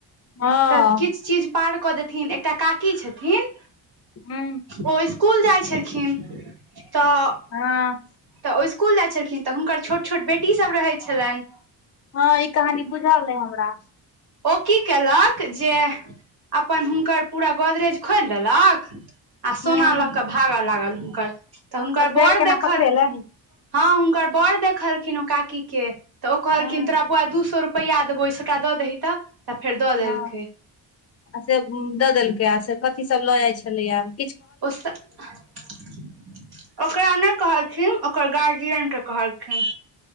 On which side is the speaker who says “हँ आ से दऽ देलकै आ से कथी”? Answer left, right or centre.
Left